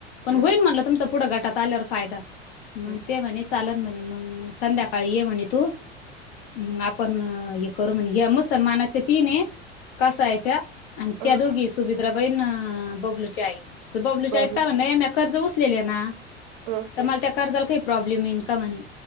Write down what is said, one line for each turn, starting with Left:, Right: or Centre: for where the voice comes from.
Left: पण
Right: हम्म
Left: व्हईन म्हणलं तुमचा पुढं गटात आल्यावर फायदा मग
Right: हम्म
Left: ते म्हणे चालन म्हणे मग संध्याकाळी ये म्हणे तू मग आपण हे करू म्हणे मस् सन्मानाच्या तीनये कसायच्या आणि त्या
Right: अ
Left: दोघी सुभद्राबाईन बबलू.. च्या आई तर बबलूची
Right: बर
Left: आईचं काय म्हणे म्या कर्ज उचलेले ना
Right: अं
Left: तर मला त्या का कर्जाला काही प्रॉब्लेम येईन का म्हणे